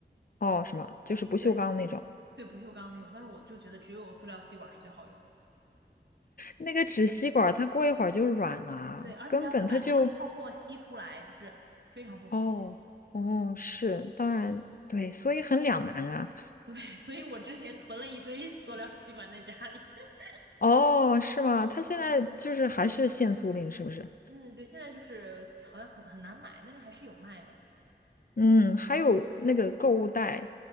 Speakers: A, on the left; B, on the right.
A: 哦，什么，就是不锈钢那种。
B: 对对，不锈钢那种。但是我就觉得只有塑料吸管是最好用的，
A: 那个纸吸管，它过一会儿就软了啊，
B: 对，而且它会把那个泡沫吸出来，
A: 根本它就
B: 就是非常不好。
A: 哦哦是，当然对，所以很两难啊。
B: 对，<laughs> 所以我之前囤了一堆塑料吸管在家里。<laughs>
A: 哦，是吗？它现在就是还是限塑令，是不是？
B: 嗯，对，现在就是好像很很难买，但是还是有卖的
A: 嗯，还有那个购物袋，